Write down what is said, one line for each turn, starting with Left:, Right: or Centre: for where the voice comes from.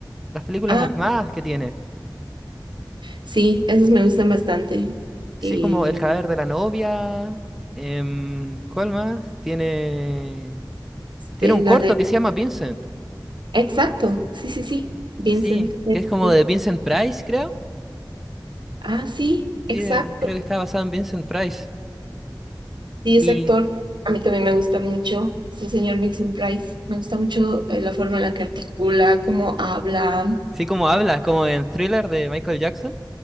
Centre: las películas
Right: Ah,
Centre: animadas que tiene.
Right: sí, esos me gustan bastante.
Centre: Sí,
Right: Y
Centre: como El cadáver de la novia. em, ¿cuál más? Tiene,
Right: este,
Centre: tiene un
Right: la
Centre: corto
Right: de...
Centre: que se llama Vincent.
Right: Exacto, sí, sí, sí, Vincent.
Centre: Sí,
Right: eh,
Centre: que es como
Right: sí.
Centre: de Vincent Price, creo.
Right: Ah, sí,
Centre: Sí,
Right: exacto.
Centre: eh, creo que está basado en Vincent Price.
Right: Sí,
Centre: Y
Right: ese actor a mí también me gusta mucho. Este señor Vincent Price. Me gusta mucho eh, la forma en la que articula, cómo habla.
Centre: sí, como habla, como en Thriller de Michael Jackson.